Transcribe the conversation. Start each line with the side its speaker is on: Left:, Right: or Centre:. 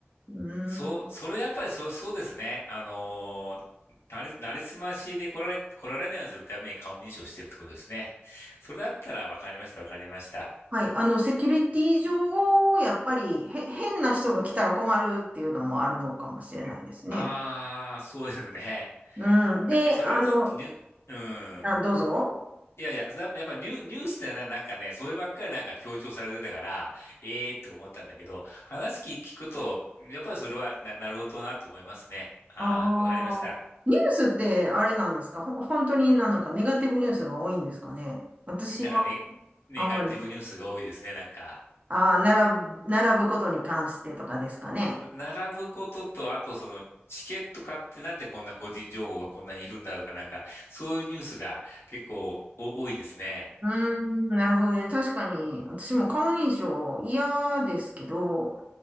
Right: うん。
Left: そう、それやっぱりそう、そうですね。あのー、なり、なりすましで来られ、来られないようにするために顔認証してるってことですね。それだったらわかりました、わかりました。
Right: はい。あの、セキュリティ上、やっぱり、へ、変な人が来たら困るっていうのもあるのかもしれないですね。
Left: ああ、そうですね。
Right: うん。で、
Left: あそれはちょっとにーう
Right: あの、あ、どうぞ。
Left: ん。いやいや、やっぱやっぱニュー、ニュースってななんかね、そればっかりなんか強調されてたから、ええーって思ったんだけど、話聞聞くと、やっぱりそれはな、なるほどなと思いますね。ああ、
Right: ああ、
Left: わかりました。
Right: ニュースってあれなんですかほ、本当になんかネガティブニュースが多いんですかね私は
Left: なんかね、ネガティブニュースが多いですね、
Right: あんまり、
Left: なんか。
Right: ああ、並ぶ、並ぶことに関してとかですかね。
Left: な並ぶことと、あとその、チケット買ってなんでこんな個人情報がこんなにいるんだとか、なんか、そういうニュースが結構お多いですね。
Right: うーん、なるほどね。確かに、私も顔認証嫌ですけど、